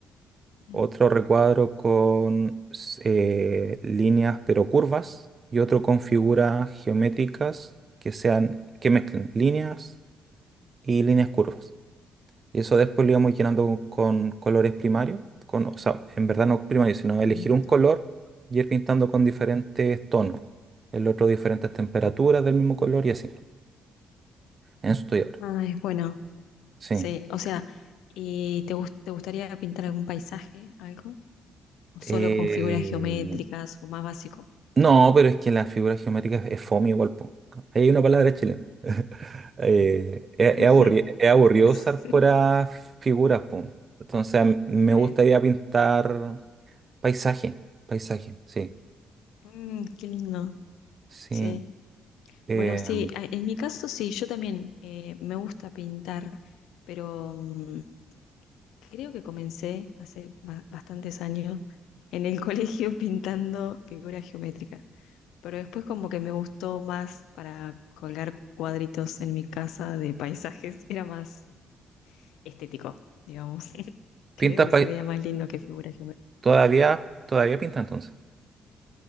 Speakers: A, on the left; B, on the right.
A: Sí.
B: otro recuadro con eh, líneas pero curvas y otro con figuras geométricas que sean, que mezclen líneas y líneas curvas. Y eso después lo íbamos llenando con, con colores primarios, con, o sea, en verdad no primarios, sino elegir
A: Mm,
B: un
A: Está
B: color
A: bueno.
B: y ir pintando con diferentes tonos, el otro diferentes temperaturas del mismo color y así. En eso estoy ahora.
A: Ah, es bueno.
B: Sí.
A: Sí, o sea, ¿y te gus- te gustaría pintar algún paisaje, algo? ¿O
B: Eh,
A: solo con figuras geométricas o más básico?
B: No, pero es que las figuras geométricas es fome igual, po. Ahí Hay una palabra chilena. <laughs> Eh, es,
A: Ujú.
B: es aburri- es aburrido
A: <laughs>
B: usar puras figuras, po. Entonces a mí me
A: Sí.
B: gustaría pintar paisaje, paisaje, sí,
A: Mm, qué lindo.
B: sí.
A: Sí.
B: Eh,
A: Bueno, sí, a- en mi caso sí, yo también eh, me gusta pintar, pero mm, creo que comencé hace ba- bastantes años en el <laughs> colegio pintando figuras geométricas. Pero después como que me gustó más para colgar cuadritos en mi casa de paisajes, era más estético, digamos. <laughs> Creo
B: pintas
A: que
B: pai-
A: se veía más lindo que figura geométrica.
B: todavía, todavía pinta entonces.